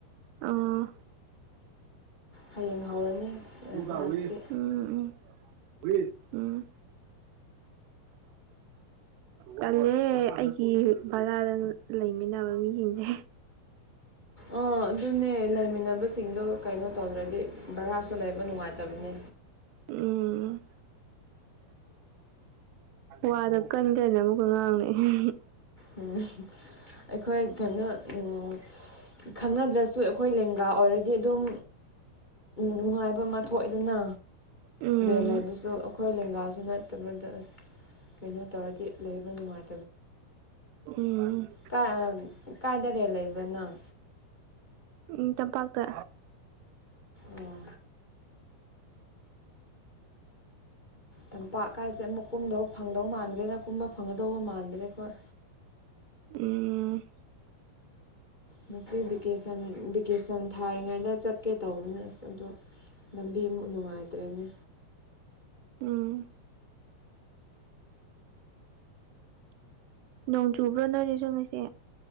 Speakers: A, on the right; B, on the left.
A: ꯑꯣ
B: ꯍꯌꯦꯡ ꯍꯧꯔꯅꯤ
A: ꯇꯨꯡꯁ
B: ꯀ꯭ꯂꯥꯁꯇꯤ
A: ꯎꯝ ꯎꯝꯁ ꯎꯝ <unintelligible> ꯇꯜꯂꯦ ꯑꯩꯒꯤ ꯕꯖꯥꯔꯗ ꯂꯩꯃꯤꯟꯅꯕ ꯃꯤꯁꯤꯡꯁꯦ
B: ꯑꯣ ꯑꯗꯨꯅꯦ ꯂꯩꯃꯤꯟꯅꯕꯁꯤꯡꯗꯣ ꯀꯩꯅꯣ ꯇꯧꯗ꯭ꯔꯗꯤ ꯚꯔꯥꯁꯨ ꯂꯩꯕ ꯅꯨꯡꯉꯥꯏꯇꯕꯅꯦ
A: ꯎꯝ ꯋꯥꯗꯣ ꯀꯟ ꯀꯟꯅ ꯑꯃꯨꯛꯀ ꯉꯥꯡ ꯂꯩ
B: ꯎꯝ ꯑꯩꯈꯣꯏ ꯀꯩꯅꯣ ꯎꯝ ꯈꯪꯅꯗ꯭ꯔꯁꯨ ꯑꯩꯈꯣꯏ ꯂꯦꯡꯒꯥ ꯑꯣꯏꯔꯗꯤ ꯗꯤ ꯑꯗꯨꯝ ꯅꯨꯡꯉꯥꯏꯕ ꯑꯃ ꯊꯣꯛꯑꯦꯗꯅ
A: ꯎꯝ
B: ꯔꯦꯜ ꯂꯩꯕꯁꯨ ꯑꯩꯈꯣꯏ ꯂꯦꯡꯒꯥꯁꯨ ꯅꯠꯇꯕꯗ ꯑꯁ ꯀꯩꯅꯣ ꯇꯧꯔꯗꯤ ꯂꯩꯕ ꯅꯨꯡꯉꯥꯏ
A: ꯎꯝ
B: ꯀꯥꯏ ꯀꯥꯏꯗ ꯔꯦꯜ ꯂꯩꯕ꯭ꯔꯥ ꯅꯪ
A: ꯎꯝ ꯇꯝꯄꯥꯛꯇ
B: ꯑꯦ ꯇꯝꯄꯥꯛꯀꯥꯏꯁꯦ ꯑꯃꯨꯛ ꯀꯨꯝꯗꯧ ꯐꯪꯗꯧ ꯃꯥꯟꯗ꯭ꯔꯦꯅ ꯀꯨꯝꯕ ꯐꯪꯒꯗꯧꯕ ꯃꯥꯟꯗ꯭ꯔꯦ ꯑꯈꯣꯏ
A: ꯎꯝ
B: ꯉꯁꯤ ꯚꯤꯀꯦꯁꯟ ꯚꯤꯀꯦꯁꯟ ꯊꯥꯔꯤꯉꯩꯗ ꯆꯠꯀꯦ ꯇꯧꯕꯅꯦ ꯑꯁ ꯑꯗꯣ ꯂꯝꯕꯤ ꯅꯨꯡꯉꯥꯏꯇ꯭ꯔꯦꯅꯦ
A: ꯎꯝ ꯅꯣꯡ ꯆꯨꯕ꯭ꯔꯥ ꯅꯣꯏꯗꯁꯨ ꯉꯁꯤ